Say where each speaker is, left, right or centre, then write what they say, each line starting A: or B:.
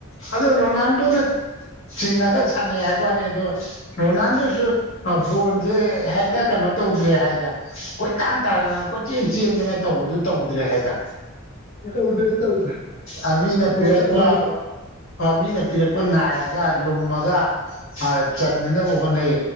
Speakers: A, on the left (about 65°); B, on the left (about 40°).
A: ꯑꯗꯣ ꯔꯣꯅꯥꯜꯗꯣꯅ ꯆꯤꯡꯉꯒ ꯁꯥꯟꯅꯩ ꯍꯥꯏꯕ ꯋꯥꯅꯤ ꯑꯗꯣ ꯔꯣꯅꯥꯜꯗꯣꯁꯨ ꯕꯣꯟꯁꯦ ꯍꯦꯛꯇ ꯀꯩꯅꯣ ꯇꯧꯗ꯭ꯔꯦ ꯍꯥꯏꯗ ꯀꯣꯏꯇꯥꯟ ꯇꯥꯟꯗꯅ ꯀꯣꯏꯆꯦꯟ ꯆꯦꯟꯗꯅ ꯇꯧꯕꯗꯨ ꯇꯧꯗ꯭ꯔꯦ ꯍꯥꯏꯗꯥ꯫
B: ꯇꯧꯗ꯭ꯔꯦ ꯇꯧꯗ꯭ꯔꯦ
A: ꯑ ꯃꯤꯅ
B: ꯒꯣꯜ
A: ꯄꯤꯔꯛꯄ
B: ꯆꯟꯕ ꯍꯩꯕ
A: ꯃꯤꯅ ꯄꯤꯔꯛꯄ ꯉꯥꯏꯔꯒ ꯂꯨꯝꯃꯒ ꯑ ꯆꯅꯅꯕ ꯍꯣꯠꯅꯩ